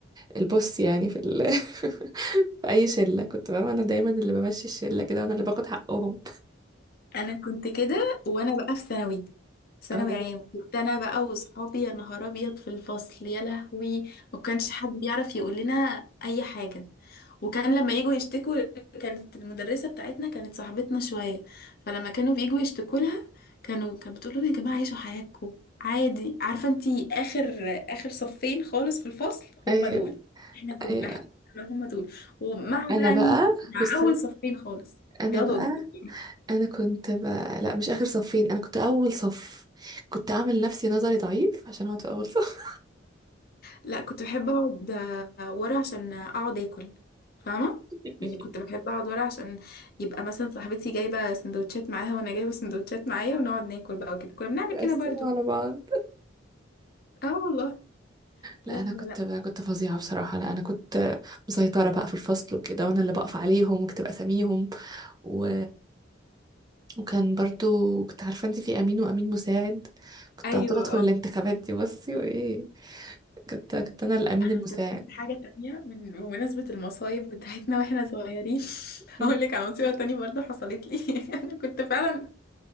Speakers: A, on the right; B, on the left.
A: البوس يعني في ال... <laughs> في اي شلة كنت بقى انا دايما اللي بمشي الشلة كده وانا اللي باخد حقهم
B: انا كنت كده وانا بقى في ثانوي ثانوي
A: اه
B: عام كنت انا بقى واصحابي يا نهار ابيض في الفصل يا لهوي ما كانش حد بيعرف يقول لنا اي حاجه وكان لما يجوا يشتكوا كانت المدرسه بتاعتنا كانت صاحبتنا شويه فلما كانوا بيجوا يشتكوا لها كانوا كانت بتقول لهم يا جماعه عيشوا حياتكم عادي عارفه انتي اخر اخر صفين خالص في الفصل هم
A: ايوه
B: دول احنا كنا
A: ايوه
B: هم دول ومع
A: انا
B: بقى
A: بقى
B: مين مع
A: بصي
B: اول صفين خالص اللي
A: انا
B: بيقعدوا
A: بقى
B: قدام
A: انا كنت ب... لا مش اخر صفين انا كنت اول صف كنت اعمل نفسي نظري ضعيف عشان اقعد في اول صف
B: لا كنت بحب اقعد آه، ورا عشان اقعد اكل فاهمه
A: <laughs>
B: يعني كنت بحب اقعد ورا عشان يبقى مثلا صاحبتي جايبه سندوتشات معاها وانا جايبه سندوتشات معايا ونقعد ناكل بقى وكده كنا بنعمل
A: اقسمه
B: كده برضو
A: على بعض
B: اه والله
A: لا
B: لا
A: انا
B: لا
A: كنت
B: لا.
A: ب... كنت فظيعه بصراحه لا انا كنت مسيطره بقى في الفصل وكده وانا اللي بقف عليهم وكنت بسميهم و... وكان برضو كنت عارفه انت في امين وامين مساعد كنت
B: ايوه
A: على طول ادخل الانتخابات
B: اه
A: دي بصي وايه كنت كنت انا الامين
B: انا
A: المساعد
B: افتكرت حاجه تانية من بمناسبه المصايب بتاعتنا واحنا صغيرين <laughs> هقول
A: م-
B: لك على مصيبه تانية برضو حصلت لي <laughs> انا كنت فعلا